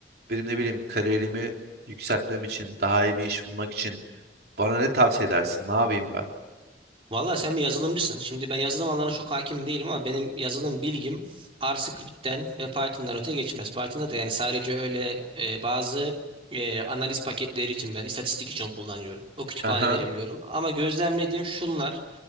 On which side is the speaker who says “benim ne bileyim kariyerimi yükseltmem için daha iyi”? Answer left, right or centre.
Right